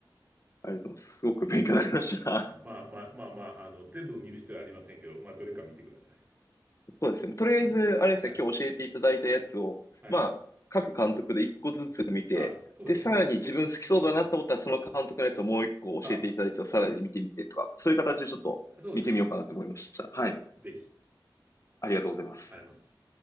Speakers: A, on the left (about 40°); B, on the right (about 25°).
A: ありがとうございます。すごく勉強になりました。
B: あ、まあまあまあまあ、あの、全部見る必要はありませんけど、まあ、どれか見てください。
A: <laughs> そうですね。とりあえず、あれですね、
B: はい。
A: 今日教えていただいたやつを、
B: はい。
A: まあ、各監督で一個ずつ見て、
B: あ、そうですね。
A: で、さらに自分好きそうだなと思ったら、
B: うん。
A: その監督のやつをもう一個教えていただいて、
B: あ
A: さらに見てみてとか、そういう形でちょっと見てみようかなと思いました。
B: そうですね。
A: はい。
B: ぜひ、
A: ありがとうございます。
B: あります。